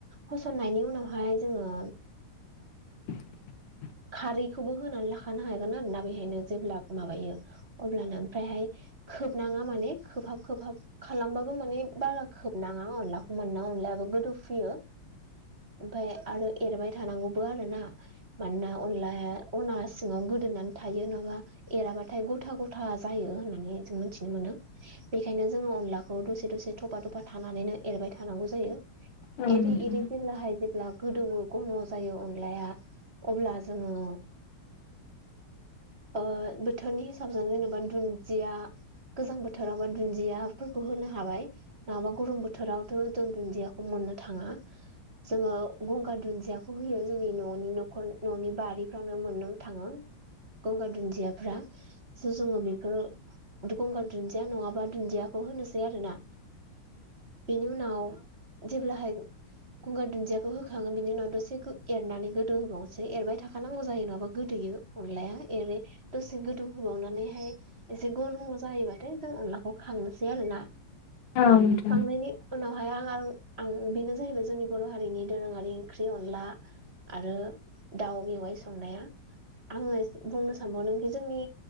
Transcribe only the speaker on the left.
<inaudible>
औ
नोंथां
औ नोंथां